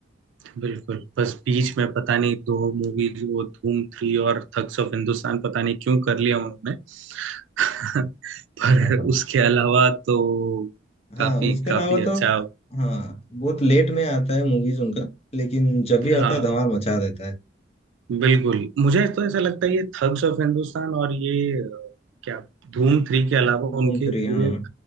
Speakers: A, on the right (about 75°); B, on the left (about 30°).
A: बिल्कुल बस बीच में पता नहीं दो मूवीज वो धूम थ्री और थग्स ऑफ हिंदुस्तान पता नहीं क्यों कर लिया उन्होंने <laughs>
B: हाँ
A: पर
B: हाँ हाँ
A: उसके अलावा तो
B: हाँ
A: काफी
B: उसके
A: काफी
B: अलावा तो
A: अच्छा
B: हाँ बहुत लेट में आता है मूवीज उनका लेकिन जब भी
A: हाँ
B: आता है धमाल मचा देता है
A: बिल्कुल मुझे तो ऐसा लगता है ये थग्स ऑफ हिंदुस्तान और ये अ, क्या धूम थ्री के अलावा उनके
B: धूम थ्री
A: पूरे
B: हाँ